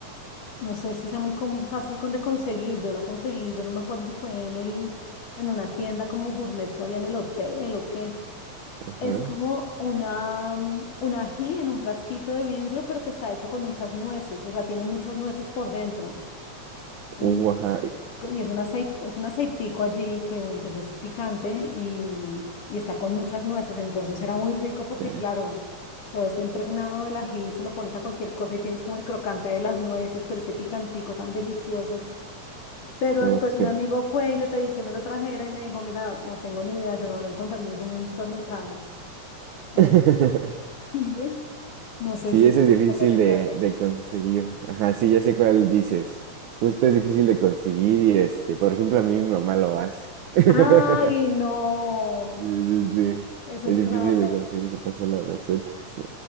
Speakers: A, on the left; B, on the right.
A: No sé si sea muy com- fácil con de conseguir. Yo la conseguí, yo no me acuerdo si fue en el, en una tienda como gourmet que había en el hotel o qué.
B: Ajá.
A: Es como una, mm, un ají en un frasquito de vidrio, pero que está hecho con muchas nueces, o sea, tiene muchas nueces por dentro. Y
B: Uh, ajá. eh,
A: es, co- y es un aceite, es un aceitico allí que mm, pues, es picante y, mm, y está con muchas nueces. Entonces era muy rico porque,
B: eh,
A: claro, todo está impregnado del ají, se lo pones a cualquier cosa y tienes como el crocante de las nueces, pero ese picantico tan delicioso. Pero
B: uf,
A: después un
B: qué.
A: amigo fue y le pedí que me lo trajera y me dijo, mira, no tengo ni idea, yo no lo encontré en ningún supermercado. Entonces,
B: <laughs>
A: <laughs> bueno, no sé
B: Sí,
A: si
B: ese
A: tú
B: es difícil
A: sabes de
B: de,
A: qué hablo.
B: de conseguir. Ajá, sí, ya sé cuál dices. Justo es difícil de conseguir y este, por ejemplo, a mí mi mamá lo hace. <laughs>
A: Ay, no,
B: Sí, sí, sí.
A: eso
B: Es
A: es
B: difícil
A: trampa.
B: de conseguir, se pasa la receta. sí.